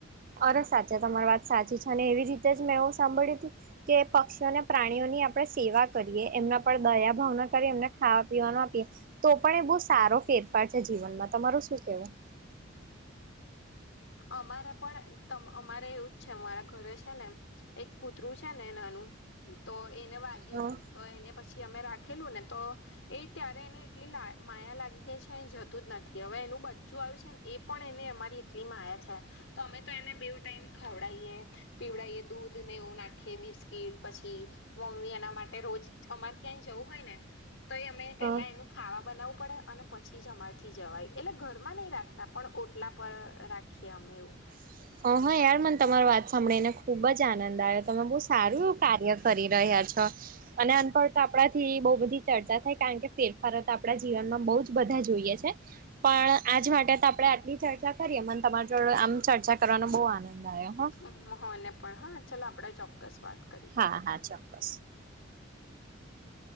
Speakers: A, on the right; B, on the left.
A: અરે સાચા તમારી વાત સાચી છે અને એવી રીતે જ મેં એવું સાંભળ્યું હતું. કે પક્ષીઓને, પ્રાણીઓની આપણે સેવા કરીએ. એમના પર દયા ભાવના કરી, એમને ખાવા પીવાનો આપીએ. તો પણ એ બહુ સારો ફેરફાર છે જીવનમાં, તમારું શું કેવું?
B: અમારે પણ અમારે એવું જ છે. મારા ઘરે છે ને એમ. એક કૂતરું છે ને નાનું, તો એને વાગ્યું
A: હા
B: હતું. તો એને પછી અમે રાખેલું ને તો એ ત્યારે એને એટલી માયા લાગી ગઈ છે જતું જ નથી. હવે, એનું બચ્ચું આવ્યું છે. એ પણ એને અમારી એટલી માયા છે તો, અમે તો એને બે ટાઈમ ખવડાવીએ. પીવડાયએ દૂધને એવું નાખીએ. બિસ્કીટ પછી મમ્મી એના માટે રોજ અમારે ક્યાંય જવું હોયને તો એ અમે પહેલા
A: હા
B: એનું ખાવાનુ બનાવવું પડે અને પછી જ અમારથી જવાય. એટલે ઘરમાં નહી રાખતા. પણ ઓટલા પર રાખીએ અમે એવું.
A: <inaudible> હા હા યાર. મને તમારી વાત સાંભળીને ખુબ જ આનંદ આવ્યો. તમે બહુ સારું એવું કાર્ય કરી રહ્યા છો. અને <unintelligible> તો આપણાથી બહુ બધી ચર્ચા થાય. કારણ કે ફેરફાર તો આપણા જીવનમાં બહુ જ બધા જોઈએ છે. પણ આજ માટે તો આપણે આટલી ચચૉ કરી, મને તમારી જોડે આમ ચર્ચા કરવાનો બહુ આનંદ આવ્યો. હ
B: મને પણ હા, ચાલો આપણે ચોક્કસ વાત કરીએ.
A: હા હા, ચોક્કસ.